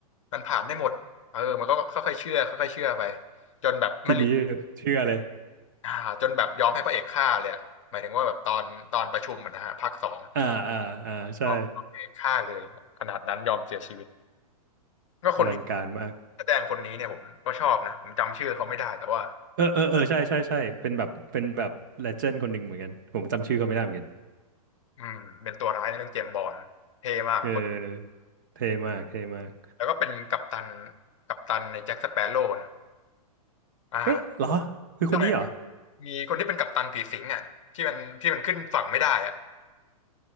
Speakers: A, on the left; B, on the right.
A: มันผ่านได้หมดเออมันก็ค่อยๆเชื่อค่อยๆเชื่อไปจนแบบไม่ลืม
B: ทีนี้เชื่อเลย
A: อ่าจนแบบยอมให้พระเอกฆ่าเลยอะหมายถึงว่าแบบตอนตอนประชุมอะนะฮะภาคสอง
B: อ่าอ่าอ่าใช่
A: ยอมให้ฆ่าเลยขนาดนั้นยอมเสียชีวิตก็คนนี้
B: อลังการมาก
A: แสดงคนนี้เนี่ยผมก็ชอบนะผมจำชื่อเขาไม่ได้แต่ว่า
B: เออเออเออใช่ใช่ใช่เป็นแบบเป็นแบบเลเจนด์คนหนึ่งเหมือนกันผมจำชื่อเขาไม่ได้เหมือนกัน
A: อืมเป็นตัวร้ายในเรื่องเจมส์บอนด์เท่มากคน
B: เออเท่มากเท่มาก
A: แล้วก็เป็นกัปตันกัปตันในแจ็คสเปโร่เนะอ่า
B: เอ๊ะเหรอคือคนนี้เหรอ
A: ใช่ครับมีคนที่เป็นกัปตันผีสิงอ่ะที่มันที่มันขึ้นฝั่งไม่ได้อ่ะ